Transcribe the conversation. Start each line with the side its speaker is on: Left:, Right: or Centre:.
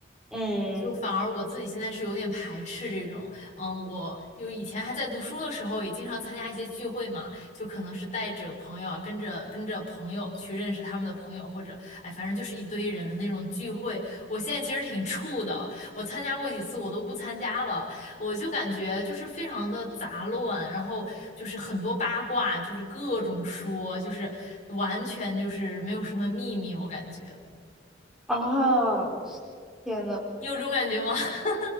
Centre: 嗯
Left: 就反而我自己现在是有点排斥这种，嗯，我有以前还在读书的时候，也经常参加一些聚会嘛，就可能是带着朋友啊，跟着跟着朋友去认识他们的朋友，或者哎，反正就是一堆人的那种聚会。我现在其实挺怵的，我参加过几次，我都不参加了，我就感觉就是非常的杂乱，然后就是很多八卦，就是各种说，就是完全就是没有什么秘密，我感觉。
Centre: 啊，天呐，
Left: 你有这种感觉吗？<laughs>